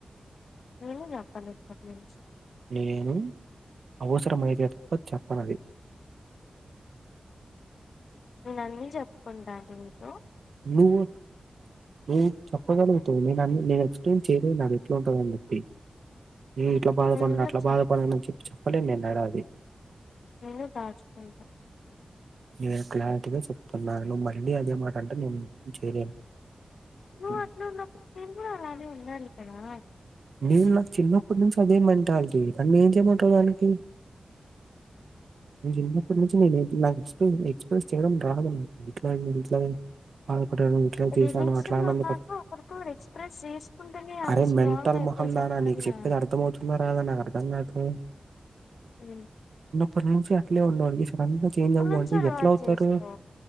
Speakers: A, on the left; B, on the right.
A: నేను చెప్పను ఇప్పటినుంచి
B: నేను అవసరమైతే తప్ప చెప్పనది
A: నేను అన్నీ చెప్పుకుంటా నీకు
B: నువ్వు నువ్ చెప్పగలుగుతావ్ నేను అన్ని నేను ఎక్స్ప్లెయిన్ చేయలేను నాది ఎట్ల ఉంటందని చెప్పి నేను ఇట్లా బాధపడినా
A: కూడా
B: అట్లా
A: చెప్పను
B: బాధపడినా అని చెప్పి చెప్పలేను నేను ఏడ అది
A: నేను దాచుకుంటా
B: నేను క్లారిటీగా చెప్తున్నా నువ్వు మళ్ళీ అదే మాట అంటే నేను ఏమి చేయలేను
A: నువ్వు
B: హ్మ్.
A: అట్ల ఉన్నప్పుడు నేను కూడా అలాగే ఉండాలి కదా
B: నేను నాకు చిన్నప్పటి నుంచి అదే మెంటాలిటీ నన్ను ఏం చేయమంటావ్ దానికి నేను చిన్నప్పటి నుంచి నేను నాకు ఎక్స్ప్లెయిన్ ఎక్స్ప్రెస్ చేయడం రాదు నాకు ఇట్లాని ఇట్లాని బాధపడ్డాను ఇట్లా చేశాను
A: రిలేషన్
B: అట్లా ఆనందపడతాను
A: లో ఉన్నాక ఒకరికొకరు ఎక్స్ప్రెస్ చేసుకుంటేనే అవి
B: అరే
A: స్ట్రాంగ్
B: మెంటల్
A: అయితాయి
B: మొహం
A: చెప్తున్నా
B: దానా నీకు చెప్పేది అర్ధం అవుతుందా రాదా నాకు అర్ధం కాదు
A: అ
B: అప్పటి నుంచి అట్లే ఉన్నోడిని సడెన్ గా చేంజ్ అవ్వుమంటే
A: నుంచో అలవాటు
B: ఎట్ల అవుతారు
A: చేసుకో